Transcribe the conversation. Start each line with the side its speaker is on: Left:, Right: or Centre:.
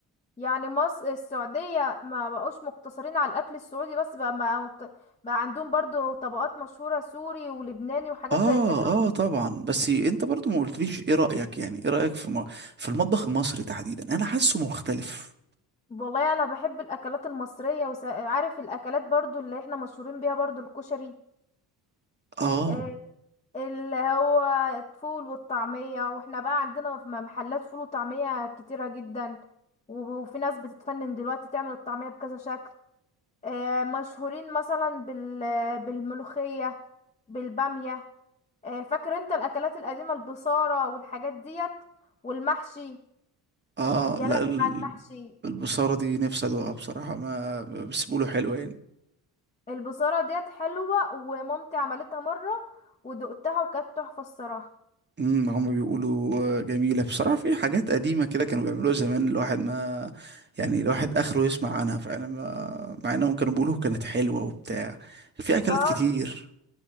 Left: يعني مصر السعودية ما بقوش مقتصرين على الاكل السعودي بس بقى بقى, مقت... بقى عندهم برضو طبقات مشهورة سوري ولبناني وحاجات
Right: اه
Left: زي كده
Right: اه طبعا بس انت برضو ما قلتليش ايه رأيك يعني ايه رأيك في م... في المطبخ المصري تحديدا انا حاسه مختلف
Left: والله انا بحب الاكلات المصريه وعارف الاكلات برضو اللي احنا مشهورين بيها برضو الكشري
Right: اه
Left: آه، اللي هو الفول والطعميه واحنا بقى عندنا في محلات فول وطعميه كتيره جدا و- وفي ناس بتتفنن دلوقتي تعمل الطعميه بكذا شكل آه، مشهورين مثلا بال بالملوخيه بالباميه آه، فاكر انت الاكلات القديمه البصاره والحاجات ديت والمحشي
Right: اه
Left: يا
Right: لا
Left: لهوي
Right: ال-
Left: على المحشي
Right: البصارة دي نفسي ادوقها بصراحة ما بس بيقولوا حلوة يعني
Left: البصارة ديت حلوة ومامتي عملتها مرة ودقتها وكانت تحفة الصراحة
Right: امم هم بيقولوا آه، جميلة بصراحة في حاجات قديمة كده كانوا بيعملوها زمان الواحد ما يعني الواحد اخره يسمع عنها فعلا ما مع انهم كانوا بيقولوا كانت حلوة وبتاع في اكلات
Left: اه
Right: كتير